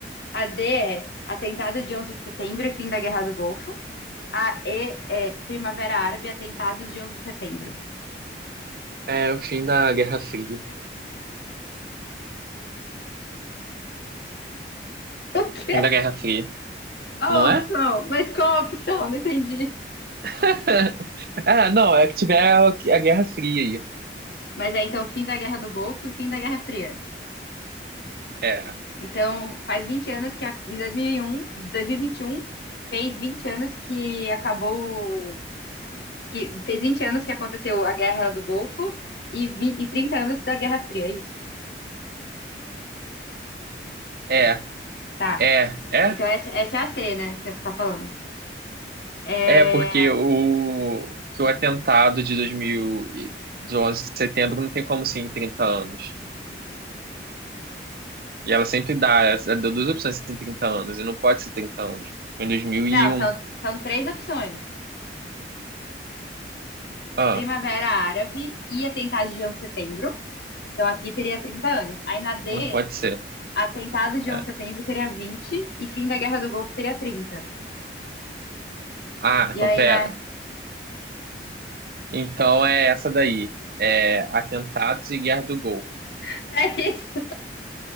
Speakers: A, on the left (about 65°); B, on the right (about 55°).
A: A D é atentado de 11 de setembro e fim da guerra do Golfo. A E é Primavera Árabe, atentados de 11 de setembro.
B: É o fim da Guerra Fria.
A: O quê?
B: Fim da Guerra Fria,
A: Qual
B: não
A: a
B: é?
A: opção? Mas qual a opção? Não entendi.
B: <laughs> Ah, não, é que tiver a a Guerra Fria aí.
A: Mas é então fim da guerra do Golfo e fim da Guerra Fria.
B: É,
A: Então, faz 20 anos que a- em 2001, 2021 fez 20 anos que acabou, que fez 20 anos que aconteceu a Guerra do Golfo e, 20 e 30 anos da Guerra Fria, é isso?
B: é,
A: Tá.
B: é, é.
A: Então essa, essa é a C, né, que você tá falando. É,
B: É, porque o, que o atentado de 2000, e- de 11 de setembro não tem como ser em 30 anos. E ela sempre dá, ela deu duas opções em 30 anos, e não pode ser 30 anos. Foi em 2001.
A: não, são, são três opções.
B: Ah,
A: Primavera Árabe e atentado de 11 de setembro. Então aqui teria 30 anos. Aí na D,
B: não pode ser.
A: atentado de
B: É.
A: 11 de setembro teria 20 e fim da Guerra do Golfo teria 30.
B: Ah, então
A: E aí
B: pera.
A: na
B: Então é essa daí. É Atentados e Guerra do Golfo.
A: <laughs> É isso.